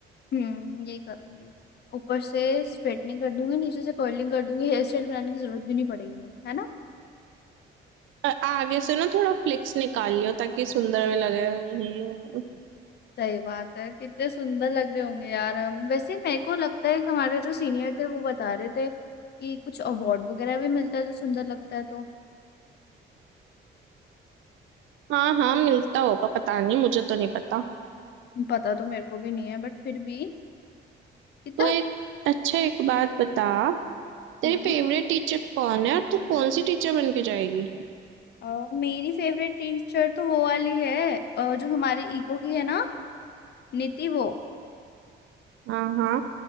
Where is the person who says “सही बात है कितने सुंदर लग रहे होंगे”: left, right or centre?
Left